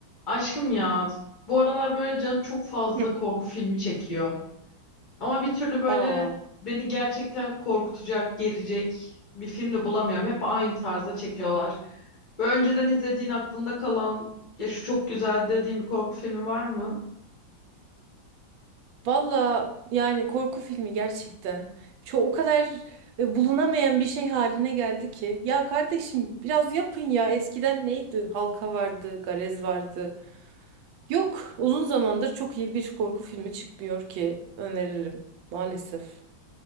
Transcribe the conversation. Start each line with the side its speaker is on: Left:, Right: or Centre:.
Left: Aşkım ya, bu aralar böyle canım çok fazla
Right: Hı.
Left: korku filmi çekiyor. Ama bir türlü böyle
Right: Aa,
Left: beni gerçekten korkutacak, gerecek bir film de bulamıyorum. Hep aynı tarzda çekiyorlar. Böyle önceden izlediğin aklında kalan, ya şu çok güzel dediğin bir korku filmi var mı?
Right: valla yani korku filmi gerçekten. Çok o kadar e, bulunamayan bir şey haline geldi ki. Ya kardeşim biraz yapın ya. Eskiden neydi? Halka vardı, Garez vardı. Yok, uzun zamandır çok iyi bir korku filmi çıkmıyor ki öneririm maalesef.